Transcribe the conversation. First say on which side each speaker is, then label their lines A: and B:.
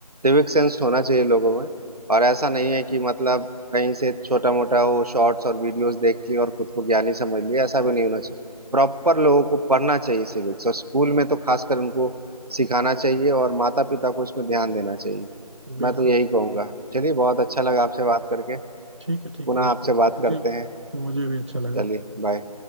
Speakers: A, on the right; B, on the right.
A: सिविक सेंस होना चाहिए लोगों में और ऐसा नहीं है कि मतलब कहीं से छोटा मोटा वो शॉर्ट्स और वीडियोस देख लिए और खुद को ज्ञानी समझ लिए ऐसा भी नहीं होना चाहिए प्रॉपर लोगों को पढ़ना चाहिए सिविक्स और स्कूल में तो खासकर उनको सिखाना चाहिए और माता पिता को इसमें ध्यान देना चाहिए
B: बिल्कुल
A: मैं तो यही कहूंगा चलिए बहुत अच्छा लगा आपसे बात करके
B: ठीक है ठीक
A: पुनः
B: है बिल्कुल
A: आपसे बात
B: मुझे
A: करते हैं
B: मुझे भी अच्छा लगा
A: चलिए बाय